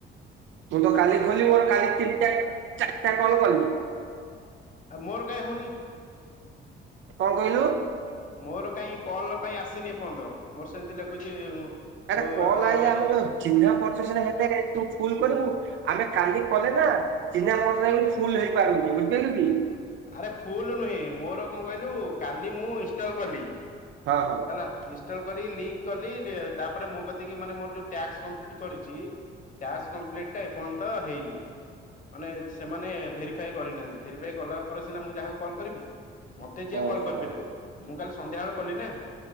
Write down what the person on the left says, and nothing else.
ଆ ମୋର କାଇଁ ହଉନି।
ମୋର କାହିଁ କଲ ପାଇଁ ଆସିନି ଏ ପର୍ଯ୍ୟନ୍ତ ମୋର ସେମିତି ଲେଖୁଛି
ଯୋଉ
ଆପଣଙ୍କର
ଇଏ
ଆରେ ଫୁଲ ନୁହେଁ ମୋର କଣ କହିଲୁ କାଲି ମୁଁ ଇନଷ୍ଟଲ କଲି।
ହେଲା। ଇନ୍ଭର୍ଟର କରିଛି ଲିଙ୍କ୍ କଲି ତାପରେ ମୁଁ କତିକି ମାନେ ମୋର ଯୋଉ ଟାକ୍ସ କମ୍ପିଲିଟ୍ କରିଛି। ଟାସ୍କ କମ୍ପ୍ଲିଟ ଟା ଏପର୍ଯ୍ୟନ୍ତ ହେଇନି। ମାନେ ସେମାନେ ଭେରିଫାଏ କରିନାହାନ୍ତି ଭେରିଫାଏ କଲା ପରେ ସିନା ମୁଁ ଯାହାକୁ କଲ୍ କରିବି। ମତେ ଯିଏ କଲ୍
କରିପାରିବ ମୁଁ ଖାଲି ସନ୍ଧ୍ୟା ବଳ କଲି ନା